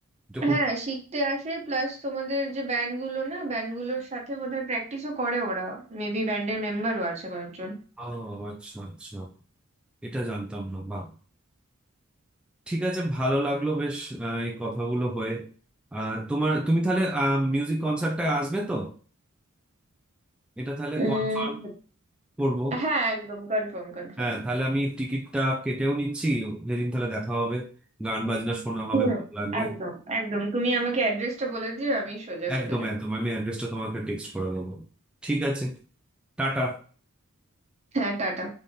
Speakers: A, in the centre; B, on the right.
A: এটা খুব
B: হ্যাঁ শিখতে আসে প্লাস তোমাদের যে ব্যান্ড গুলো না ব্যান্ড গুলোর সাথে বোধহয় প্র্যাকটিসও করে ওরা মেবি ব্যান্ডের মেম্বারও আছে কয়েকজন
A: ও আচ্ছা আচ্ছা এটা জানতাম না বাহ ঠিক আছে ভালো লাগলো বেশ আহ, এই কথাগুলো হয়ে আর তোমার তুমি তাহলে মিউজিক কনসার্টটায় আসবে তো এটা তাহলে
B: উম,
A: কনফার্ম করবো
B: হ্যাঁ একদম কনফার্ম কনফার্ম
A: হ্যাঁ তাহলে আমি টিকিটটা কেটেও নিচ্ছি যেদিন তাহলে দেখা হবে গান বাজনা শোনা হবে
B: হুম
A: ভালো লাগবে
B: একদম একদম তুমি আমাকে অ্যাড্রেসটা বলে দিও আমি সোজা
A: একদম
B: চলে যাব
A: একদম আমি অ্যাড্রেসটা তোমাকে টেক্সট করে দেবো ঠিক আছে টাটা
B: হ্যাঁ টাটা